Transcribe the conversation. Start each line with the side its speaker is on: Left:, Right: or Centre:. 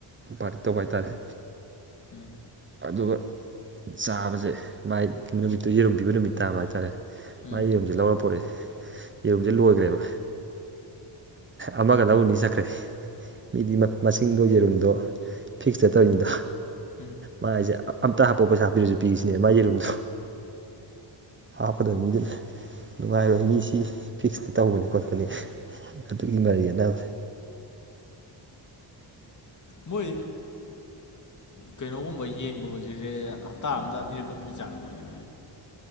Right: ꯄꯥꯔ ꯇꯧꯕ ꯍꯥꯏꯇꯥꯔꯦ
Left: ꯎꯝ
Right: ꯑꯗꯨꯒ ꯆꯥꯕꯁꯦ ꯃꯥꯏ ꯅꯨꯃꯤꯠꯇꯨ ꯌꯦꯔꯨꯝ ꯄꯤꯕ ꯅꯨꯃꯤꯠ ꯇꯥꯕ ꯍꯥꯏꯇꯥꯔꯦ
Left: ꯎꯝ
Right: ꯃꯥꯒꯤ ꯌꯦꯔꯨꯝꯁꯦ ꯂꯧꯔ ꯄꯣꯔꯛꯑꯦ ꯌꯦꯔꯨꯝꯁꯦ ꯂꯣꯏꯈ꯭ꯔꯦꯕ ꯑꯃꯒ ꯂꯧꯅꯤ ꯆꯠꯈ꯭ꯔꯦ ꯃꯤꯗꯤ ꯃꯁꯤꯡꯗꯣ ꯌꯦꯔꯨꯝꯗꯣ ꯐꯤꯛꯁꯇꯠꯇꯧꯔꯤꯅꯤꯗꯣ
Left: ꯎꯝ
Right: ꯃꯁꯦ ꯑꯝꯇ ꯍꯥꯄꯛꯑꯣ ꯄꯩꯁ ꯍꯥꯞꯄꯤꯔꯁꯨ ꯄꯤꯁꯁꯤꯅꯦ ꯃꯥꯒꯤ ꯌꯦꯔꯨꯝꯗꯣ ꯍꯥꯞꯀꯗꯕ ꯃꯤꯗꯨꯅ ꯅꯨꯡꯉꯥꯏꯔꯣꯏ ꯃꯤꯁꯤ ꯐꯤꯛꯁꯇ ꯇꯧꯕꯅꯤ ꯈꯣꯠꯄꯅꯤ ꯑꯗꯨꯛꯒꯤ ꯃꯔꯤ ꯑꯅꯁꯦ
Left: ꯃꯣꯏ ꯀꯩꯅꯣꯒꯨꯝꯕ ꯌꯦꯟꯒꯨꯝꯕꯁꯤ ꯁꯦ ꯍꯞꯇꯥ ꯑꯝꯗ ꯑꯅꯤꯔꯛ ꯀ ꯄꯤ ꯆꯥꯔꯝꯃꯣꯏꯅꯦ